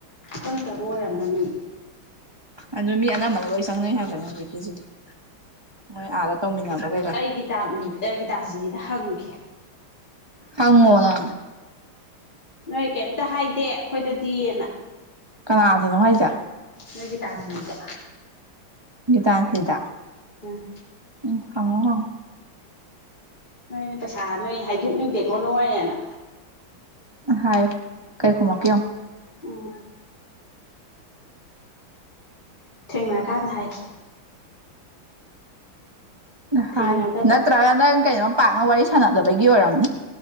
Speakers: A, on the left; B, on the right.
A: ꯈꯪꯗꯕ ꯑꯣꯏꯔꯝꯃꯅꯤ
B: ꯑꯗꯨ ꯃꯤ ꯑꯅꯝꯕꯅ ꯂꯣꯏ ꯆꯪꯅꯩ ꯍꯥꯏꯕꯅꯦ ꯍꯧꯖꯤꯛꯀꯤꯁꯤꯗꯤ ꯃꯣꯏ ꯑꯥꯗ ꯇꯧꯃꯤꯟꯅꯕ ꯀꯩꯀꯥ
A: ꯑꯩꯒꯤ ꯇ ꯑꯩꯒꯤꯇꯥꯥꯁꯤꯂꯤꯗ ꯍꯪꯒꯦ
B: ꯍꯉꯣꯅ
A: ꯅꯣꯏ ꯀꯩꯝꯇ ꯍꯥꯏꯗꯦ ꯑꯩꯈꯣꯏꯗꯗꯤꯅ
B: ꯀꯅꯥꯗꯅꯣ ꯍꯥꯏꯦ
A: ꯍꯒꯤ ꯇꯥꯔꯒ
B: ꯇꯥꯟꯁꯂꯤꯗ
A: ꯎꯝ
B: ꯎꯝ ꯍꯪꯉꯣ ꯍꯪꯉꯣ
A: ꯅꯣꯏꯅꯦ ꯄꯩꯁꯥ ꯅꯣꯏ ꯍꯥꯏꯗꯣꯛꯅꯤꯡꯗꯦꯀꯣ ꯅꯅꯨꯡꯉꯥꯏꯌꯦꯦꯅ
B: ꯍꯥꯏꯣ ꯀꯩ ꯈꯨꯨꯝꯃ ꯀꯣ
A: ꯎꯝ ꯊꯦꯡꯅꯔꯀꯥꯟꯗ ꯍꯥꯏꯈꯤ
B: ꯍꯥꯏ
A: ꯊꯦꯡꯅꯗꯕ
B: ꯅꯠꯇ꯭ꯔꯒ ꯅꯪ ꯀꯩꯅꯣꯝ ꯄꯥꯛꯅ ꯋꯥꯔꯤ ꯁ ꯁꯥꯟꯅꯗꯕꯒꯤ ꯑꯣꯏꯔꯝꯅꯤ